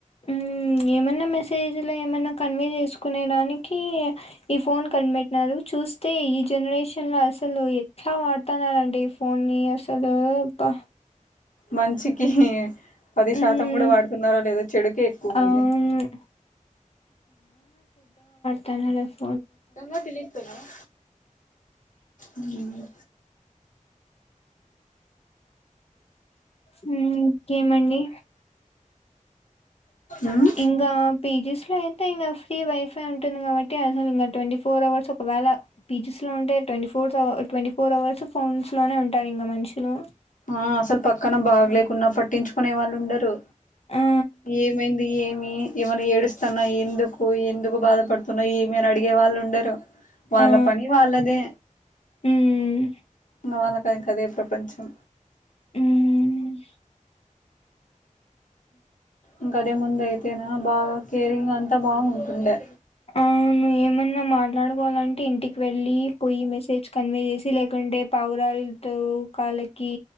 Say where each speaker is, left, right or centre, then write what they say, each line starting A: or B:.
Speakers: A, on the left (about 45°); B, on the left (about 70°).
A: ఉమ్, ఏమన్నా మెసేజ్ ల ఏమన్నా, కన్వే జెసుకునే దానికి ఈ ఫోన్ కనిపెట్టినారు. చూస్తే ఈ జనరేషన్ గ అసలు ఎట్లా వాడ్ త్త నారండి ఫోన్ ని అసలు, అబ్బ
B: మంచికి పది
A: హ్మ్.
B: శాతం గుడ వాడుతున్నారొ లేదో, చెడుకే ఎక్కువుంది.
A: అవును. తనరస్
B: జంగా పిలిస్తున్నావా? ఉమ్
A: ఇంకేమండి?
B: ఉమ్
A: ఇంగా పీ జి స్ ప్పుడయితే ఇంకా ఫ్రీ వైఫై ఉంటుంది కాబట్టి. అసలు ఇంకా ట్వంటీ ఫోర్ అవర్స్, ఒకవేళ పీజీస్ లో ఉంటే ట్వంటీ ఫ్ ఫోర్సవ ట్వంటీ ఫోర్ అవర్స్ ఫోన్స్ లోనే ఉంటారు ఇంకా మనుషులు.
B: ఆ అసలు పక్కన బాగ లేకున్నా పట్టించుకునే వాళ్ళు ఉండరు.
A: ఆ!
B: ఏమైంది ఏమి? ఏమన్నా ఏడుస్తన్నా ఎందుకు, ఎందుకు బాధపడుతున్నావ్ ఏమీ అని అడిగే వాళ్ళు ఉండరు. వాళ్ళ
A: ఆ!
B: పని వాళ్ళదే,
A: హ్మ్.
B: ఇంగ వాళ్ళక్ దానికదే ప్రపంచం.
A: ఉమ్
B: ఇంకా అదే ముందు అయితేనా, బాగా కేరింగ్ అంతా బాగుంటుండే.
A: అవును, ఏమన్నా మాట్లాడుకోవాలంటే ఇంటికి వెళ్ళి, పోయి మెసేజ్ కన్వే జెస్ ది లేకుండే, పావురాల్తో కాళ్లకి,